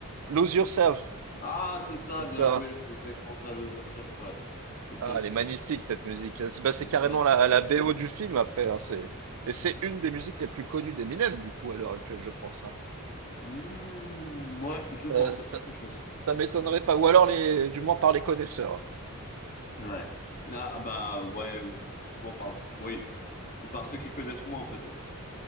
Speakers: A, on the right (about 75°); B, on the left (about 40°).
A: Lose Yourself,
B: Ah, c'est ça,
A: c'est
B: bien
A: ça.
B: joué, c'est exactement ça, Lose Yourself. Ouais, c'est celle-ci.
A: Ah, elle est magnifique cette musique. C'est bah, c'est carrément
B: Magnifique.
A: la, la BO du film après. hein, c'est, et c'est une des musiques les plus connues d'Eminem du coup à l'heure actuelle, je pense. hein.
B: Mmh, ouais, je pense,
A: Ça,
B: à
A: ça,
B: de fortes chances.
A: ça m'étonnerait pas. Ou alors les, du moins par les connaisseurs.
B: Ouais. Ah bah ouais, ou justement par oui, ou par ceux qui connaissent moins peut-être.